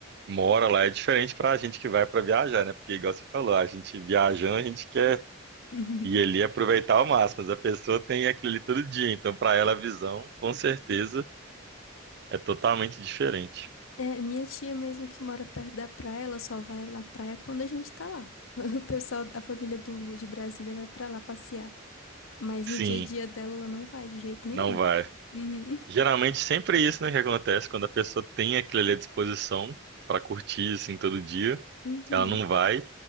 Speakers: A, on the right; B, on the left.
A: mora lá é diferente para a gente que vai para viajar, né? Porque, igual você falou, a gente viajando, a gente quer
B: <laughs>
A: ir ali e aproveitar ao máximo, mas a pessoa tem aquilo ali todo dia, então para ela a visão, com certeza, é totalmente diferente.
B: É, minha tia mesmo que mora perto da praia, ela só vai na praia quando a gente tá lá. <laughs> O pessoal, a família do, de Brasília vai pra lá passear. Mas
A: Sim,
B: no dia a dia dela, ela não vai de jeito nenhum.
A: não vai.
B: Uhum.
A: Geralmente sempre é isso, né, que acontece quando a pessoa tem aquilo ali à disposição para curtir assim todo dia,
B: Uhum.
A: ela não vai.